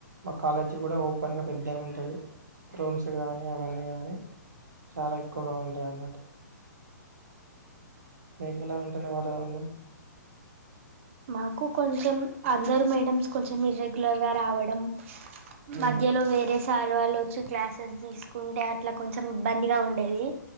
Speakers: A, on the right (about 70°); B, on the right (about 40°).
A: మా కాలేజీ కూడా ఓపెన్గా పెద్ద గ ఉంటది. రూమ్స్ కానీ అవన్నీ కానీ చాలా ఎక్కువగా ఉంటాయి. అన్నటు మీకు ఎలా ఉంటుంది వాతావరణం
B: మాకు కొంచెం అందరు మేడమ్స్ కొంచెం ఇర్రెగ్యులర్ గా రావడం
A: హ్మ్.
B: మధ్యలో వేరేస్ సార్ వాల్లు వచ్చి క్లాసెస్ తీసుకుంటే అట్లా కొంచెం ఇబ్బందిగా ఉండేది.